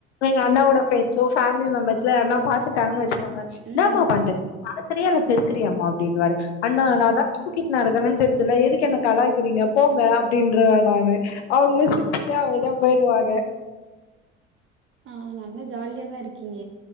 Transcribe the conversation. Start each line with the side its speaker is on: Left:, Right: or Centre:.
Left: எங்க அண்ணவோட ஃபிரண்ட்ஸோ ஃபேம்லி மெம்பர்ஸ்லா யார்னாப் பாத்துட் டாங்க வெச்சுகொங்க இன்னாமா
Right: ம்.
Left: பண்ற நடக்கிறியா இல்லப் பெருக்குறியாமா அப்டின்வாரு அண்ணா நாதா தூக்கிட் நடக்கரன் தெரிதுல எதுக்கு என்ன கலாய்க்கிறீங்க போங்க அப்டின்ருவே நானு அவுங்களே சுத்திட்டு அமைதியாப் போய்டுவாங்க
Right: அ நல்லா ஜாலியாதா இருக்கீங்க